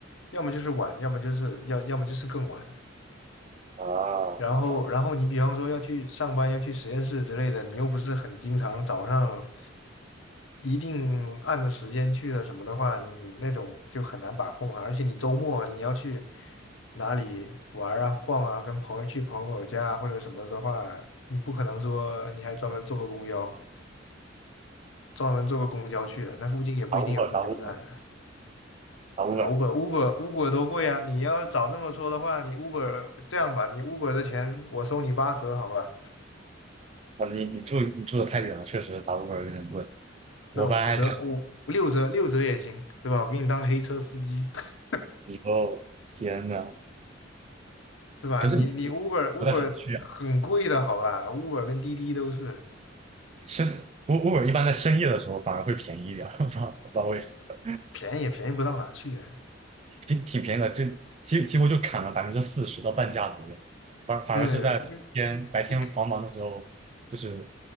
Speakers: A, on the left (about 80°); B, on the right (about 35°).
A: 要么就是晚，要么就是要要么就是更晚。
B: 啊，
A: 然后，
B: 好吧。
A: 然后你比方说要去上班，要去实验室之类的，你又不是很经常早上一定按着时间去的什么的话，你那种就很难把控啊。而且你周末你要去哪里玩儿啊、逛啊，跟朋友去朋友家啊或者什么的话，你不可能说你还专门坐个公交，专门坐个公交去的，那附近也不一定有公交站。
B: 打 Uber 打 Uber 打 Uber
A: 打 Uber，Uber，Uber 多贵啊！你要早这么说的话，你 Uber 这样吧，你 Uber 的钱我收你八折，好吧？
B: 啊！你你住你住的太远了，确实打 Uber 有点贵。我本来还想
A: 对吧？五折、五六折、六折也行，对吧？我给你当黑车司机，<laughs>
B: 以后，天呐，
A: 对吧？
B: 可是你
A: 你你 Uber Uber
B: 不在城区啊，
A: 很贵的，好吧？Uber 跟滴滴都是
B: 深 Uber 一般在深夜的时候反而会便宜一点，<laughs> 不知道不知道为什么。
A: 便宜也便宜不到哪去。
B: 挺挺便宜的，就几几乎就砍了百分之四十到半价左右，反反而是在白天白天繁忙的时候，
A: 嗯，嗯你
B: 就是